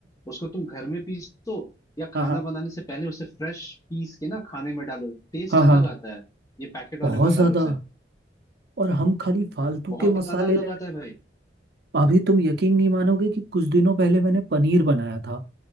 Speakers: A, on the left; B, on the right.
A: उसको तुम घर में पीसो या खाना
B: हाँ हाँ
A: बनाने से पहले उसे फ्रेश पीस के ना खाने में डालो टेस्ट
B: हाँ
A: अलग
B: हाँ
A: आता है ये पैकेट
B: बहुत
A: वाले मसालों
B: ज्यादा
A: से
B: और हम खाली फालतू
A: बहुत
B: के मसाले
A: ज्यादा अलग
B: ले
A: आता है भाई
B: अभी तुम यकीन नहीं मानोगे कि कुछ दिनों पहले मैंने पनीर बनाया था